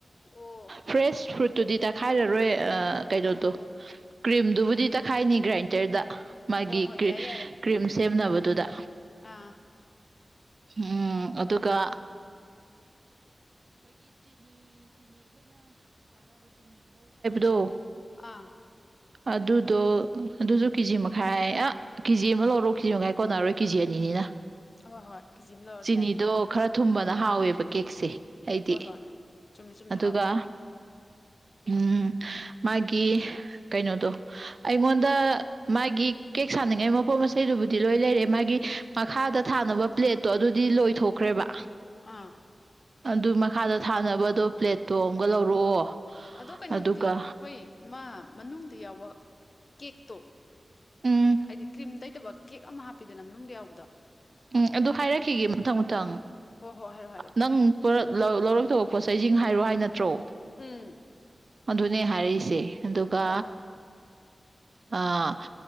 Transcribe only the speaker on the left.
ꯑꯣ
ꯑꯣ ꯑꯣ
ꯍꯣꯏ ꯍꯣꯏ
ꯌꯥꯔꯦ ꯌꯥꯔꯦ
ꯑꯥ
ꯑꯥ
ꯍꯣꯏ ꯍꯣꯏ ꯀꯦꯖꯤ ꯑꯃ ꯂꯧꯔꯁꯨ
ꯌꯥꯔꯦ
ꯍꯣꯏ ꯍꯣꯏ ꯆꯨꯝꯃꯦ ꯆꯨꯝꯃꯦ
ꯍꯥꯎꯋꯦ
ꯑꯥ
ꯑꯗꯣ ꯀꯩꯅꯣꯗꯨꯗꯤ
ꯑꯩꯈꯣꯢ ꯃꯥ ꯃꯅꯨꯡꯗ ꯌꯥꯎꯕ ꯀꯦꯛꯇꯣ
ꯍꯥꯢꯗꯤ ꯀ꯭ꯔꯤꯝ ꯇꯩꯗꯕ ꯀꯦꯛ ꯑꯃ ꯍꯥꯞꯄꯤꯗꯅ ꯃꯅꯨꯡꯗ ꯌꯥꯎꯕꯗꯣ
ꯍꯣꯏ ꯍꯣꯏ ꯍꯥꯏꯔꯣ ꯍꯥꯏꯔꯣ
ꯎꯝ
ꯍꯣꯏ ꯍꯣꯏ